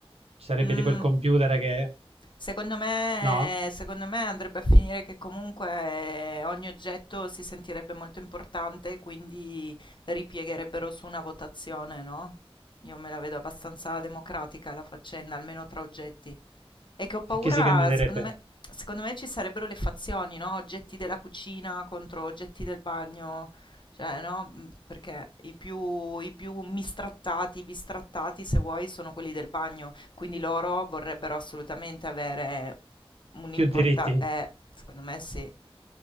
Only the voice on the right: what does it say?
Ci sarebbe
tipo il computer che...
No?
E chi si candiderebbe?
Più diritti.